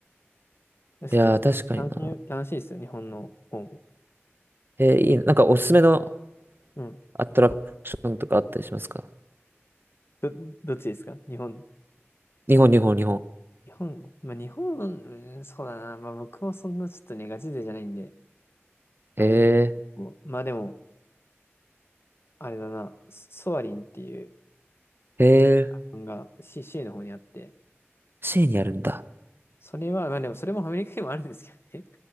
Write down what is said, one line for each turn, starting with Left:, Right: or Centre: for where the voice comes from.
Left: 普通に楽しい、
Right: いやー、確かにな。
Left: 楽しいですよ、日本の方も。
Right: えーいいな。なんかおすすめの
Left: うん。
Right: アトラクションとかあったりしますか
Left: ど、どっちですか日本。
Right: 日本、日本、日本。
Left: 日本、まあ日本の、うん、そうだな。まあ僕もそんなちょっとね、ガチ勢じゃないんで、あれね、
Right: えー
Left: まあでも、あれだな、ソソアリンっていう
Right: へえ、
Left: 漫画、CC の方にあって、
Right: C にあるんだ。
Left: それは、まあでもそれもアメリカにもあるんですけどね。